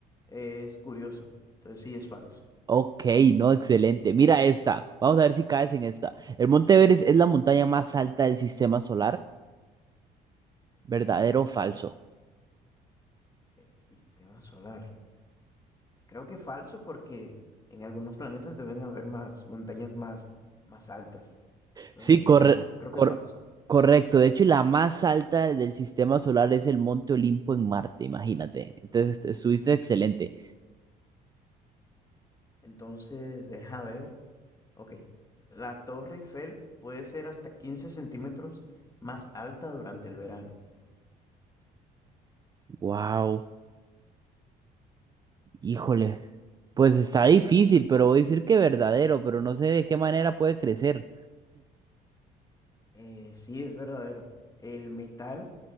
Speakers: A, on the left; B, on the right.
A: es curioso. Entonces sí es falso.
B: Ok, no, excelente. Mira esta. Vamos a ver si caes en esta. El Monte Everest es la montaña más alta del sistema solar. ¿Verdadero o falso?
A: Del, del sistema solar. Creo que falso porque en algunos planetas deben de haber más montañas más, más altas. Entonces
B: Sí,
A: sí,
B: corre-
A: no, creo
B: cor-
A: que falso.
B: correcto. De hecho, la más alta del sistema solar es el Monte Olimpo en Marte, imagínate. Entonces, est- estuviste excelente.
A: Entonces, deja ver. Ok. La Torre Eiffel puede ser hasta 15 centímetros más alta durante el verano.
B: Wow, híjole. Pues está difícil, pero voy a decir que verdadero, pero no sé de qué manera puede crecer.
A: Eh, sí, es verdadero. El metal